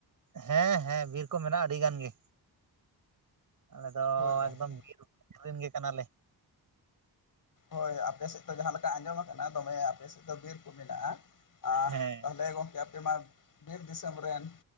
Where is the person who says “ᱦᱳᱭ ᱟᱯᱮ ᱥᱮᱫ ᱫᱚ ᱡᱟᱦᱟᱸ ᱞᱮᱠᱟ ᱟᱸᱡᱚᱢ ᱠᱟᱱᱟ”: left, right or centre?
Left